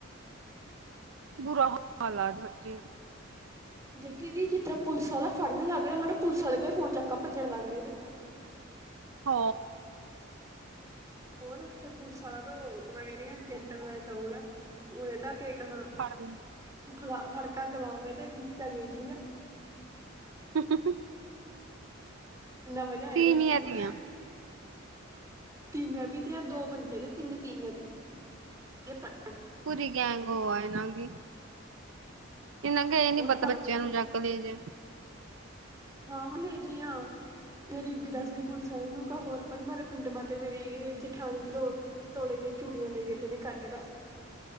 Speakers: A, on the right; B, on the right.
A: ਬੁਰਾ ਹਾਲ ਐ, ਸੱਚੀ।
B: ਦੇਖੀ ਦੀ, ਜਿਸ ਤਰ੍ਹਾਂ ਪੁਲਸ ਆਲਾ ਫੜਨ ਲੱਗ ਰਿਆ ਨਾ, ਪੁਲਿਸ ਆਲੇ ਕੇ ਫੋਨ ਚੱਕ ਕੇ ਭੱਜਣ ਲੱਗ ਰਏ ਥੇ।
A: ਹਾ
B: ਹੋਰ, ਓਥੇ ਪੁਲਿਸ ਆਲਾ ਤੋਂ ਮੈਂ ਕੈਹ ਰਈ ਆਂ ਜੈਂਟਲ ਮੈਨ ਥਾ ਪੂਰਾ। ਉਰੇ ਤਕ ਕੇਕ ਹਾਂ
A: ਫੜਦੇ
B: ਫਲਾ ਫੜਕਾ ਗਲਾਵੇ ਤੇ ਧੱਕਾ ਦੇ ਦਿਆ।
A: <inaudible>
B: ਇਨਾ ਮਜਾ ਆਇਆ
A: ਤੀਵੀਆਂ
B: ਦੇਖਣ ਮਾ
A: ਤੀਆਂ
B: ਤੀਵੀਆਂ ਵੀ ਥੀਆਂ, ਦੋ ਬੰਦੇ ਥੇ, ਤਿੰਨ ਤੀਵੀਆਂ ਜੇ ਪਕ
A: ਪੂਰੀ ਗੈਂਗ ਹੋਆ ਇਹਨਾਂ ਕੀ, ਇਹਨਾਂ ਕੇ ਏਹ ਨੀ
B: ਹੋਰ
A: ਪਤਾ
B: ਬਾਰਾਂ
A: ਬੱਚਿਆਂ
B: ਜਣੇ ਤੇ
A: ਨੂੰ ਜਾ ਕਮੀ ਜੇ
B: ਹਾਂ-ਹਾਂ, ਲੇ ਜੀ ਆਂ ਮੇਰੀਬੀ ਦੱਸ ਰਹੀ ਪੁਲਿਸ ਵਾਲੇ ਨੂੰ ਕ ਹੋਰ ਭਾਈ ਮੇਰੇ ਪਿੰਡ ਮਾ ਤੇ ਮੇਰੀ ਪਠਾਣੀ ਦੋ ਤੋਲੇ ਦੀਆਂ ਚੂੜੀਆਂ ਲੈ ਗਏ ਤੇ ਨੇ ਕੱਢ ਲਾ।